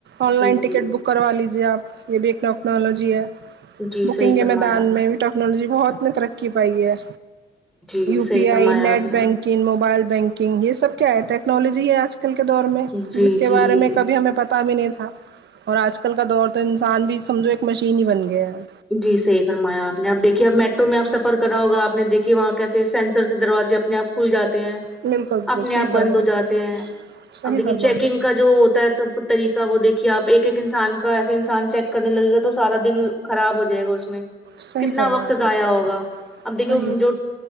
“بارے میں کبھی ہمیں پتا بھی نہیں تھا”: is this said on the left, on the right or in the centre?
Right